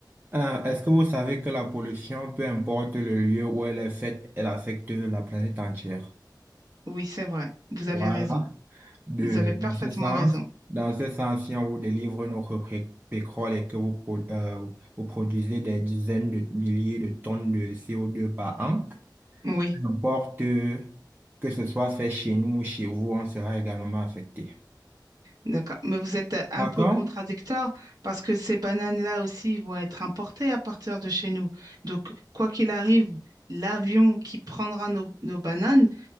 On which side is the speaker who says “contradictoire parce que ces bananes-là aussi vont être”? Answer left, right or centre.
Right